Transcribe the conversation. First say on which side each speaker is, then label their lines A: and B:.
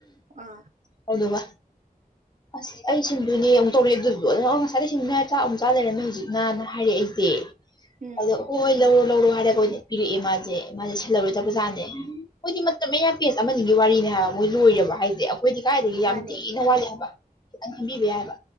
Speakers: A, on the right (about 55°); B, on the left (about 25°).
A: ꯑ
B: ꯍꯥꯎꯗ ꯋꯥ ꯑꯁ ꯑꯩ ꯁꯤꯟꯗꯨꯣꯏꯅꯦ ꯑꯃꯨꯛ ꯇꯧꯔꯛꯑꯦ ꯑꯗꯨꯗꯨꯗꯣ ꯑꯗꯨ ꯉꯁꯥꯏꯗ ꯁꯤꯡꯅ ꯆꯥꯛ ꯑꯃꯨꯛ ꯆꯥ ꯂꯩꯔꯝꯃꯦ ꯍꯧꯖꯤꯛꯅꯅ ꯍꯥꯏꯔꯛꯑꯦ ꯑꯩꯁꯦ
A: ꯎꯝ
B: ꯑꯗꯣ ꯍꯣꯏ ꯍꯣꯏ ꯂꯧꯔꯣ ꯂꯧꯔꯣ ꯍꯥꯏꯔꯒ ꯑꯣꯏꯅ ꯄꯤꯔꯛꯑꯦ ꯃꯥꯁꯦ ꯃꯥꯁꯦ ꯁꯜꯍꯧꯔꯗꯕ ꯄ꯭ꯔꯖꯥꯅꯦ ꯃꯣꯏꯗꯤ ꯃꯇꯝ ꯃꯌꯥ ꯄꯦꯁ ꯑꯃꯅꯤ ꯋꯥꯔꯤꯅꯤ ꯍꯥꯏ ꯃꯣꯏ ꯂꯣꯏꯔꯕ ꯍꯥꯏꯁꯦ ꯑꯩꯈꯣꯏꯗꯤ ꯀꯥꯏꯗꯒꯤ ꯌꯥꯝ
A: ꯃꯥꯅꯦ
B: ꯊꯤꯅ ꯋꯥꯠꯂꯦꯕ ꯈꯤꯇꯪ ꯈꯟꯕꯤꯕ ꯌꯥꯏꯑꯕ